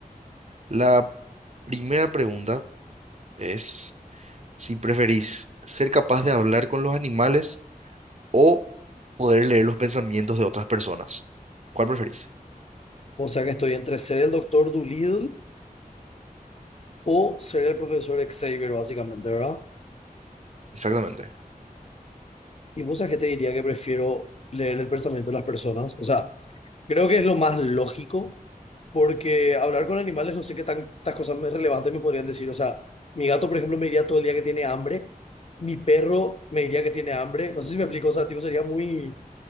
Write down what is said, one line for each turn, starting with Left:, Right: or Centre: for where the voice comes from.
Right: La primera pregunta es si preferís ser capaz de hablar con los animales o poder leer los pensamientos de otras personas. ¿Cuál preferís?
Left: O sea que estoy entre ser el doctor Doolittle o ser el profesor Xavier, básicamente, ¿verdad?
Right: Exactamente.
Left: Y vos sabés que te diría que prefiero leer el pensamiento de las personas. O sea, creo que es lo más lógico, porque hablar con animales no sé qué tantas cosas más relevantes me podrían decir. O sea, mi gato, por ejemplo, me diría todo el día que tiene hambre. Mi perro me diría que tiene hambre. No sé si me explico, o sea, tipo, sería muy...